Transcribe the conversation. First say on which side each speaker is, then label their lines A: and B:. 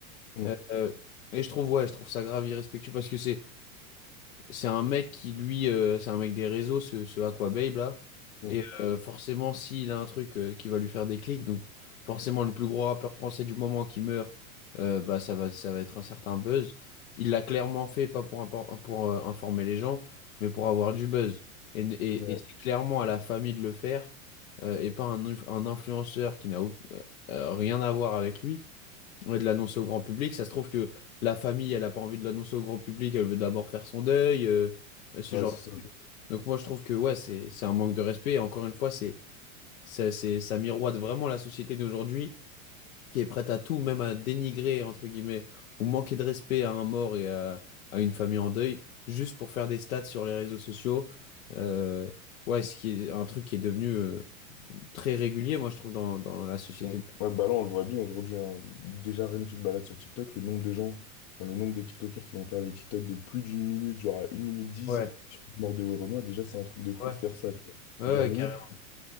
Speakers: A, on the left; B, on the left.
A: Mm,
B: Euh, euh, et je trouve, ouais, je trouve ça grave irrespectueux parce que c'est c'est un mec qui, lui, euh, c'est un mec des réseaux, ce, ce Aquababe là.
A: mm,
B: Et euh, forcément, s'il a un truc euh, qui va lui faire des clics, donc forcément, le plus gros rappeur français du moment qui meurt, euh, bah, ça va, ça va être un certain buzz. Il l'a clairement fait, pas pour, impor- pour euh, informer les gens, mais pour avoir du buzz. Et, et,
A: Ouais,
B: et c'est clairement à la famille de le faire euh, et pas un, inf- un influenceur qui n'a au- euh, rien à voir avec lui et de l'annoncer au grand public. Ça se trouve que la famille, elle a pas envie de l'annoncer au grand public, elle veut d'abord faire son deuil, euh, ce
A: ouais,
B: genre.
A: c'est ça.
B: Donc moi, je trouve que ouais, c'est c'est un manque de respect. Et encore une fois, c'est ça, c'est ça miroite vraiment la société d'aujourd'hui qui est prête à tout, même à dénigrer entre guillemets ou manquer de respect à un mort et à, à une famille en deuil, juste pour faire des stats sur les réseaux sociaux. Euh, ouais, ce qui est un truc qui est devenu euh, très régulier, moi, je trouve, dans, dans la société.
A: Mm. Ouais, bah là, on le voit bien aujourd'hui. hein. Déjà, rien que tu te balades sur TikTok, le nombre de gens, enfin, le nombre de TikTokers qui vont faire des TikTok de plus d'une minute, genre à une minute dix,
B: Ouais,
A: sur la mort de Werenoi, déjà, c'est un truc de fou
B: ouais.
A: de faire ça, tu vois.
B: Ouais,
A: Et genre, rien
B: carrément.
A: que,